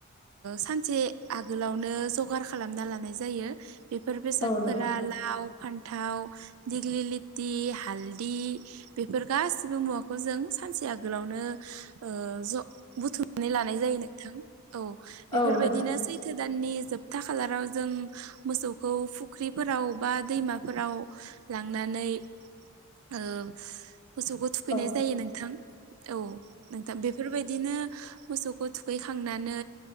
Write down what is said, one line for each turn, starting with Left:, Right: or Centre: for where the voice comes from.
Right: सानसे आगोलावनो जगार खालामना लानाय जायो बेफोर बेसादफोरा
Left: औ नोंथां
Right: लाव फान्थाव दिग्लि लथि हालदि बेफोर गासिबो मुवाखौ जों सानसे आगोलावनो ओ ज बुथुम नानै लानाय जायो नोंथां औ बेफोरबायदिनोसै
Left: औ नोंथां
Right: <unintelligible> दाननि जोबथा खालाराव जों मोसौ खौ फुख्रिफोराव बा दैमाफोराव लांनानै ओ मोसौखौ थुखैनाय
Left: औ
Right: जायो नोंथां औ नोंथां बेफोरबायदिनो मोसौ खौ थुखैखांनानै